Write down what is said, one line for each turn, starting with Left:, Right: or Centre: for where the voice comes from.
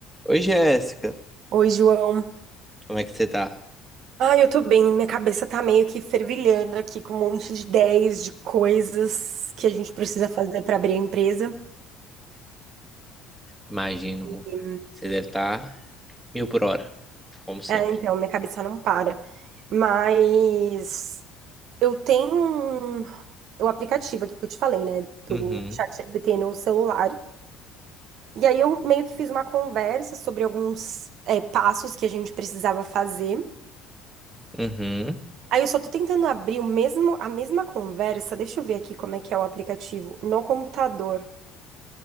Centre: Oi, Jéssica.
Right: Oi, João.
Centre: Como é que você tá?
Right: Ai, eu tô bem. Minha cabeça tá meio que fervilhando aqui com um monte de ideias de coisas que a gente precisa fazer pra abrir a empresa.
Centre: Imagino, amor.
Right: E,
Centre: Você deve estar mil por hora, como sempre.
Right: é, então, minha cabeça não para. Mas eu tenho um- o aplicativo aqui que eu te falei, né, do
Centre: Uhum,
Right: ChatGPT no celular. E aí eu meio que fiz uma conversa sobre alguns é, passos que a gente precisava fazer.
Centre: uhum.
Right: Aí eu só tô tentando abrir o mesmo, a mesma conversa. Deixa eu ver aqui como é que é o aplicativo no computador.